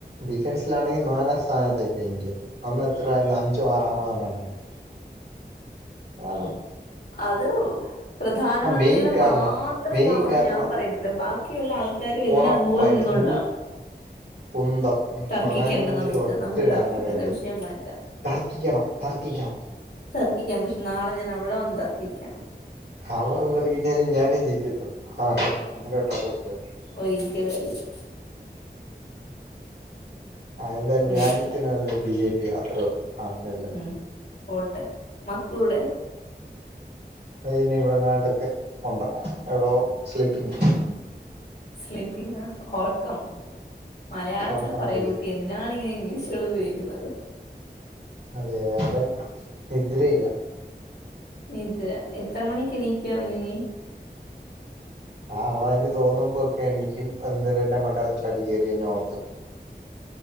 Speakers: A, on the right; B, on the left.
A: ഡിഫെൻസിലാണെങ്കി നാലാം സ്ഥാനത്തായിപ്പോയി ഇന്ത്യ അന്ന് എത്രയാരുന്നു അഞ്ചോ ആറാമതോ എങ്ങാണ്ടാര് ആഹ് -
B: അത് പ്രധാനമന്ത്രിയുടെ
A: മെയിൻ കാരണം
B: മാത്രം
A: മെയിൻ
B: ഗുണവാന്ന്
A: കാരണം
B: ഞാൻ പറയു- ല്ല ബാക്കിയുള്ള ആൾക്കാരും എല്ലാം
A: ഉറപ്പായിട്ട്
B: അതുപോലെ നിന്നോണ്ടാ-
A: നൂ കുന്തം- മ്
B: തർക്കിക്കേണ്ട
A: പ്രധാനമന്ത്രി
B: നമുക്ക്
A: ഒറ്റൊരാളുടെ
B: നമുക്ക് തർക്കിക്കേണ്ട
A: കാര്യം
B: വിഷയം മാറ്റാം
A: തർക്കിക്കണം തർക്കിക്കണം-
B: തർക്കിക്കാം പക്ഷെ നാളെ ഞാൻ അവിടെ വന്ന്- തർക്കിക്കാം
A: അവിടെ വന്ന് തർക്കിച്ചാലും ഞാനേ ജയിക്കത്തുള്ളൂ ഹാ അങ്ങനെ വിട്ടാ ഒക്കത്തില്ലല്ലൊ-
B: ഒരിക്കലുംഅല്ല-
A: ആഹ് എന്തായാലും
B: ഒരിക്കലും
A: രാജ്യത്തിന്
B: അല്ല
A: നല്ലത് ബി ജെ പിയാ അത്രേ ഉള്ളു ആഹ്പിന്നല്ല-
B: ഉം പോട്ടെ മക്കുവ്ടെ-
A: കയിഞ്ഞിവിടെങ്ങാണ്ടൊക്കെ ഒണ്ട് എവ്ടോ സ്ലീപ്പിംഗ്-
B: സ്ലീപ്പിങ്ങാ ഒറക്കം മലയാളത്തിൽ
A: ഉറക്കം
B: പറയൂ
A: പോയി
B: കുട്ടി എന്നി നാണ് ഇങ്ങനെ ഇംഗ്ലീഷുകളുപയോഗിക്കുന്നത്-
A: അതെയതെ അവൻ നിദ്രയിലാ-
B: നിദ്ര എത്ര മണിക്കെണീക്കും അവനിനി-
A: ആഹ് അവ അയ്ന് തോന്നുമ്പോക്കെ എണീക്കും അന്നരം എന്റ മണ്ടേ അവൻ ചാടി കേറി എന്നെ ഒണത്തും-